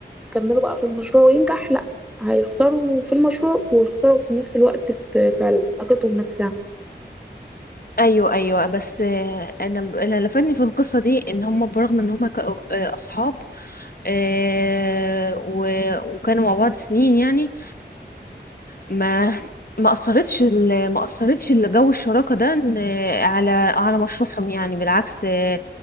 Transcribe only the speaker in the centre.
يكملوا بقى في المشروع وينجح لا هيخسروا في المشروع ويخسروا في نفس الوقت في, في علاقتهم نفسها